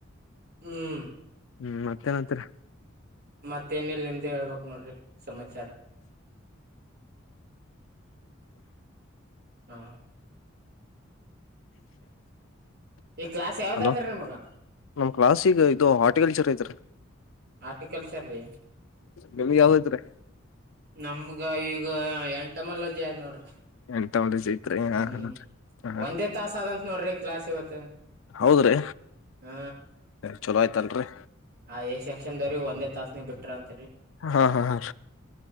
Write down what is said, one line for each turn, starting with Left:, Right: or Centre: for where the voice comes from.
Right: ಹ್ಮ್
Left: ಹ್ಮ್ ಮತ್ತೇನತ್ತಿರಿ
Right: ಮತ್ತೇನಿಲ್ ನಿಮ್ದ್ ಹೇಳ್ಬಕ್ ನೋಡ್ರಿ
Left: <inaudible> <inaudible> <inaudible> <inaudible>
Right: ಸಮಾಚಾರ ಹಾ ಈ ಕ್ಲಾಸ್ ಯಾವ್ದಾದ್ರಿ
Left: ಅಲೋ
Right: ನಿಮಗ
Left: ನಮ ಕ್ಲಸ್ಗ ಇದು ಹಾರ್ಟಿಕಲ್ಚರ್ ಐ <inaudible>
Right: ಆರ್ಟಿಿಕಲ್ಚಾರ ರಿ
Left: ನಿಮ್ಗೆ ಯಾವ್ದ ಐತ್ರಿ
Right: ನಮ್ಗ ಈಗ <unintelligible>
Left: ಎಂಟಾವಲೇಜ್ ಐತ್ರಿ
Right: ಹ್ಮ್
Left: ಹಾ ಹಾ ಹಾ
Right: ಒಂದೇ ತಾಸ ಆದಂತ ನೋಡ್ರಿ ಕ್ಲಾಸ್ ಇವತ್ತು
Left: ಹೌದ್ರಿ
Right: ಹ್ಮ
Left: ಚಲೋ ಆಯ್ತೇನ್ರರಿ
Right: ಆ ಎ ಸೆಕ್ಷನ್ ದವ್ರ ಒಂದೇ ತಾಸನ ಬಿಟ್ರ ಅಂತ
Left: ಹಾ ಹಾ ಹ